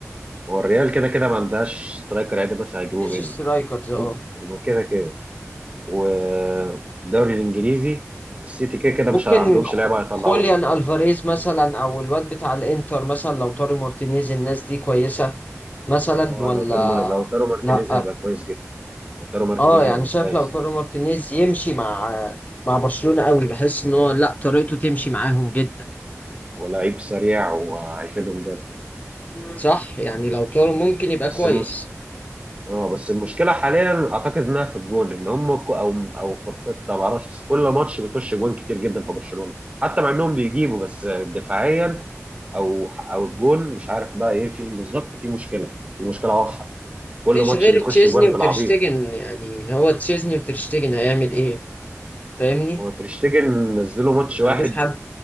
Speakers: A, on the right; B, on the left.
A: هو الريال كده كده ما عندهاش سترايكر عادي بس هيجيبوه
B: مفيش
A: منه
B: سترايكرز اه
A: ممكن كده كده والدوري الانجليزي السيتي كده كده
B: ممكن
A: مش عندهمش
B: خ-
A: لعيبه هيطلعوها
B: خوليان الفاريز مثلا او الواد بتاع الانتر مثلا لو طاري مارتينيز الناس دي كويسه مثلا
A: اه
B: ولا
A: لو تيرو مار- لو تيرو مارتينيز
B: لا
A: هيبقى كويس جدا لو تيرو مارتينيز
B: اه يعني
A: هيبقى
B: شايف
A: ممتاز
B: لو طاري مارتينيز يمشي مع مع برشلونه قوي بحس ان هو لا طريقته تمشي معاهم جدا
A: ولعيب سريع وهيفيدهم جامد
B: صح يعني لو طارو ممكن يبقى
A: بس
B: كويس
A: الم... اه بس المشكله حاليا اعتقد انها في الجون ان هم كو- او او في الخطه ما اعرفش كل ماتش بيخش جوان كتير جدا في برشلونه حتى مع انهم بيجيبوا بس دفاعيا او او الجون مش عارف بقى ايه فيهم بالظبط في مشكله في مشكله واضحه كل
B: مفيش
A: ماتش
B: غير
A: بيخش
B: تشيزني
A: جوان
B: وترشتجن
A: بالعبيط
B: يعني هو تشيزني وترشتجن هيعمل ايه فاهمني
A: هو تريشتجن نزله ماتش
B: ما
A: واحد
B: عندوش حد